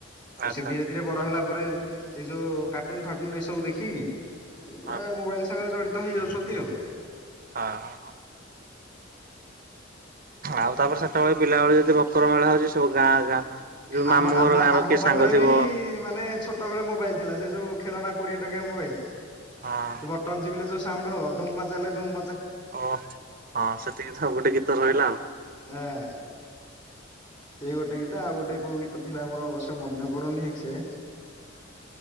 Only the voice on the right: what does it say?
ଆଚ୍ଛା
ଆଚ୍ଛା
ହଁ- ହଁ -ହଁ। ଆଉ ତାପରେ ସେତେବେଳେ ପିଲାବେଳେ ଯଦି ମକରମେଳା ହଉଛି ସବୁ ଗାଁ ଗାଁ ଯୋଉ
ମାମୁଁ
ଘର ଗାଁର
କିଏ
ସାଙ୍ଗ ଥିବ
ହଁ
ଓ, ହଁ, ସେତିକି ଥାଉ ଗୋଟେ ଗୀତ ସରିଲା।